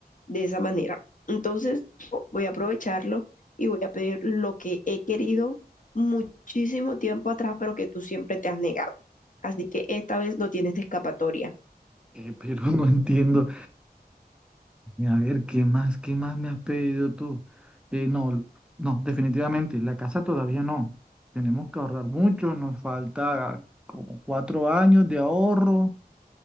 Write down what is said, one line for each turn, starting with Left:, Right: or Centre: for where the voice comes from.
Left: de esa manera. Entonces, yo voy a aprovecharlo y voy a pedir lo que he querido muchísimo tiempo atrás, pero que tú siempre te has negado. Así que esta vez no tienes escapatoria.
Centre: Eh, pero no entiendo. A ver, ¿qué más, qué más me has pedido tú? Eh, no, no, definitivamente, la casa todavía no. Tenemos que ahorrar mucho, nos falta como cuatro años de ahorro,